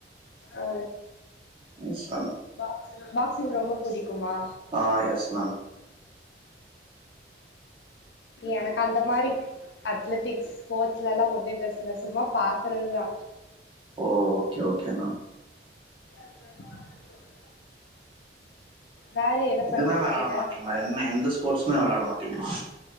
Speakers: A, on the left; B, on the right.
A: ஒ
B: <unintelligible>
A: பாக்ஸ் பாக்சிங் ரொம்ப புடிக்குமா
B: ஆ எஸ் மேம்
A: எனக்கு அந்த மாரி அத்லெட்டிக்ஸ் ஸ்போட்ஸ்ல எல்லா ஒன்னு இன்ட்ரெஸ்ட் இல்ல சும்மா பாக்கறதுதா
B: ஓ ஓகே ஓகே மேம்
A: <unintelligible> வேற என்ன
B: எதுமே
A: பண்ட்ருக்கீங்க?
B: வெளாட மாட்டீங்களா என்ன எந்த ஸ்போட்ஸுமே வெளாட மாட்டீங்களா